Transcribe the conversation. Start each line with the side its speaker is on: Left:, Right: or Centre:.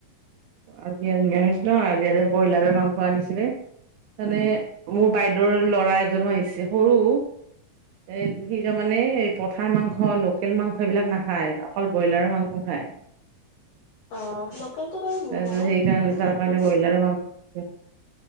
Right: আজি আৰু ন, আজি ব্ৰইলাৰৰ মাংস আনিছিলে। মানে, মোৰ বাইদেউৰ ল'ৰা এজনো আহিছে সৰু। এ, ভিৰে মানে এই পথাৰ মাংস লোকেল মাংস এইবিলাক নাখায় অকল ব্ৰইলাৰ মাংস খায়। তাৰপিছত
Left: অ লোকেলটো বাৰু মোৰ মৰম
Right: সেইকাৰণে
Left: মোৰো
Right: তাৰ
Left: ভাল লাগে
Right: কাৰণে ব্ৰইলাৰ মাংস